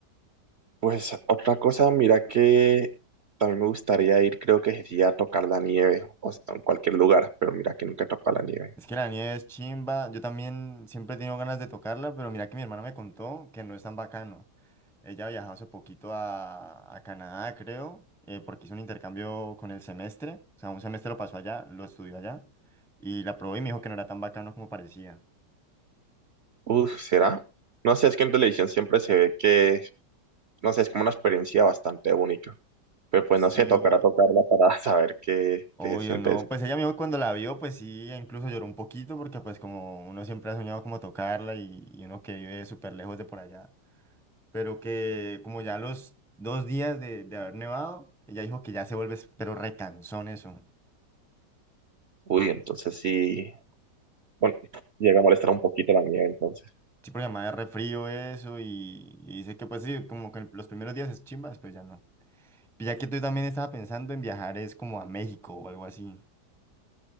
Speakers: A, on the right; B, in the centre.
A: Pues otra cosa, mira que también me gustaría ir, creo que sería a tocar la nieve, o sea, en cualquier lugar, pero mira que nunca he tocado la nieve.
B: Es que la nieve es chimba. Yo también siempre he tenido ganas de tocarla, pero mira que mi hermana me contó que no es tan bacano. Ella viajó hace poquito a, a Canadá, creo, eh, porque hizo un intercambio con el semestre. O sea, un semestre lo pasó allá, lo estudió allá. Y la probó y me dijo que no era tan bacano como parecía.
A: Uf, ¿será? No sé, es que en televisión siempre se ve que no sé, es como una experiencia bastante única. Pero pues
B: Sí,
A: no sé, tocará tocarla para <laughs> saber qué,
B: obvio,
A: qué se siente
B: no.
A: eso.
B: Pues ella me dijo que cuando la vio, pues sí, e incluso lloró un poquito, porque pues como uno siempre ha soñado como tocarla y, y uno que vive súper lejos de por allá. pero que como ya los dos días de, de haber nevado, ella dijo que ya se vuelve, pero recansón eso.
A: Uy, entonces sí, bueno, llega a molestar un poquito la nieve entonces.
B: Sí, porque además es re frío eso y, y dice que pues sí, como que los primeros días es chimba, después ya no. Y ya que tú también estaba pensando en viajar es como a México o algo así.